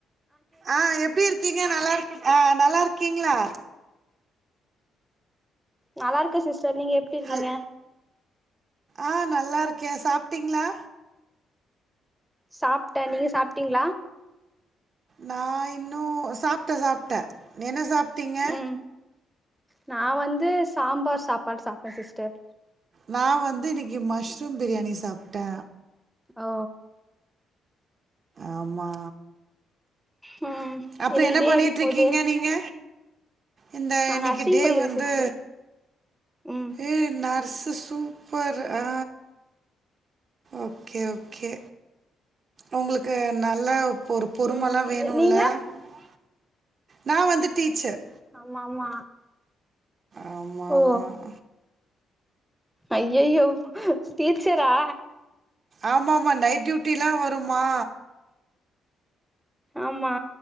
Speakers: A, on the right; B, in the centre.
A: ஆ எப்டி இருக்கீங்க நல்லா இருக்க ஆ நல்லா இருக்கீங்களா
B: நல்லா இருக்கே சிஸ்டர் நீங்க எப்டி இருக்கீங்க
A: ஹல் ஆ நல்லா இருக்கே சாப்டிங்களா
B: சாப்ட நீங்க சாப்டீங்களா
A: நா இன்னு சாப்ட சாப்ட என்ன சாப்டீங்க
B: ம் நா வந்து சாம்பார் சாப்பாடு சாப்ட சிஸ்டர்
A: நா வந்து இன்னைக்கு மஷ்ரூம் பிரியாணி சாப்ட
B: ஓ
A: ஆமா
B: ம்
A: அப்றோ
B: இன்னைக்கு
A: என்ன
B: டே
A: பண்ணட்டுருக்கீங்க
B: எப்டி போது
A: நீங்க இந்த
B: நா
A: இன்னைக்கு
B: நர்சிங்
A: டே
B: படிக்கிறே
A: வந்து
B: சிஸ்டர் ம்
A: ஏ நர்ஸு சூப்பர்ரு ஆ ஓகே ஓகே உங்களுக்கு நல்ல ஒரு பொறுமல்லா
B: ம்
A: வேணும்ல
B: நீங்க
A: நீங்க நா வந்து டீச்சர்
B: ஆமா ஆமா
A: ஆமாம்
B: ஓ
A: ஆமாம்
B: ஐயயோ டீச்சரா
A: ஆமா ஆமா நைட் டியூட்டிலா வரும்மா
B: ஆமா